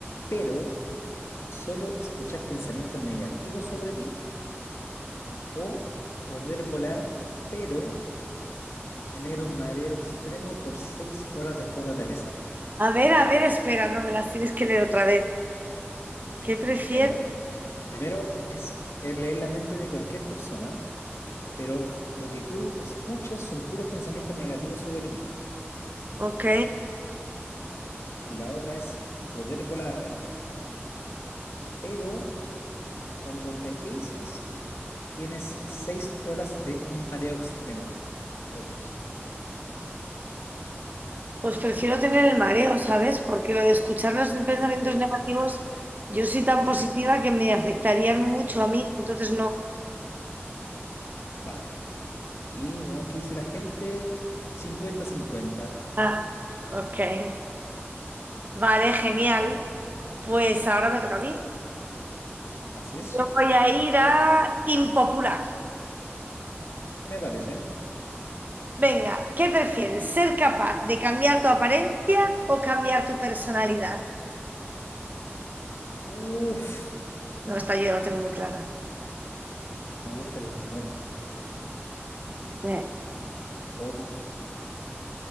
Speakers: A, on the left; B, on the right.
A: pero solo escuchar pensamientos negativos sobre ti? ¿O poder volar, pero tener un mareo extremo por seis horas después de aterrizar?
B: A ver, a ver, espera, no me las tienes que leer otra vez. ¿Qué prefieres?
A: Ya mira, primero es, es leer la mente de cualquier persona, pero lo que tú escuches son puros pensamientos negativos sobre ti.
B: Ok.
A: Y la otra es poder volar, pero Cuando aterrices, tienes seis horas de un mareo extremo después de eso.
B: Pues prefiero tener el mareo, ¿sabes? Porque lo de escuchar los pensamientos
A: ¿Sí?
B: negativos, yo soy tan positiva que me afectarían mucho a mí, entonces no.
A: Vale. Y veamos qué dice la gente. Cincuenta-cincuenta.
B: Ah, ok. Vale, genial.
A: Va.
B: Pues ahora me toca a mí.
A: Así es.
B: Yo voy a ir a impopular.
A: Me parece.
B: Venga, ¿qué prefieres? ¿Ser capaz de cambiar tu apariencia o cambiar tu personalidad?
A: Uf.
B: No, esta yo la tengo muy clara.
A: Me gustan las dos.
B: Eh,
A: Uf.